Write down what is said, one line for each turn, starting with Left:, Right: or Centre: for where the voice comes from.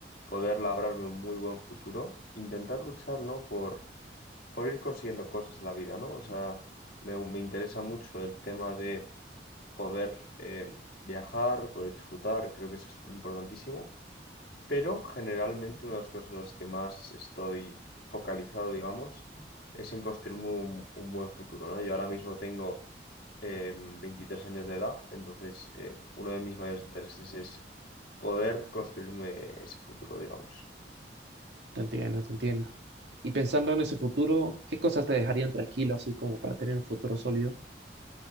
Left: poder labrarme un muy buen futuro, intentar luchar, ¿no? Por, por ir consiguiendo cosas en la vida, ¿no? O sea, me, me interesa mucho el tema de poder eh, viajar, poder disfrutar, creo que eso es importantísimo, pero generalmente una de las cosas en las que más estoy focalizado, digamos, es en construir un, un buen futuro, ¿no? Yo ahora mismo tengo eh, 23 años de edad, entonces eh, uno de mis mayores intereses es poder construirme ese futuro, digamos.
Right: Te entiendo, te entiendo. Y pensando en ese futuro, ¿qué cosas te dejarían tranquilo, así como para tener un futuro sólido?